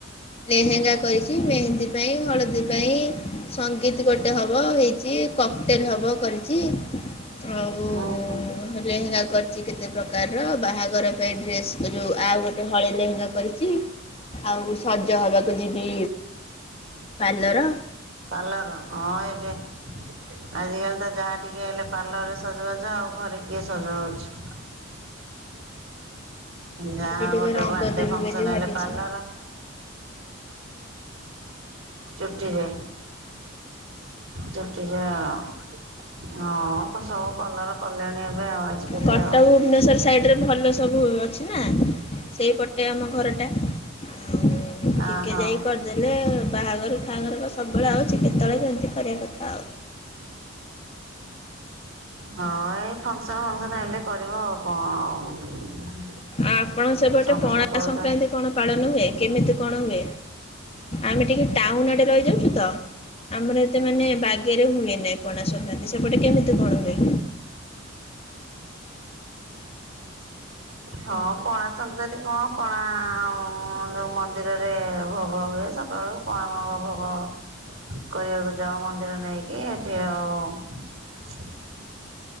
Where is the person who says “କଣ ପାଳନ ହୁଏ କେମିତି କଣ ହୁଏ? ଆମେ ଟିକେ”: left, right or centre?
Left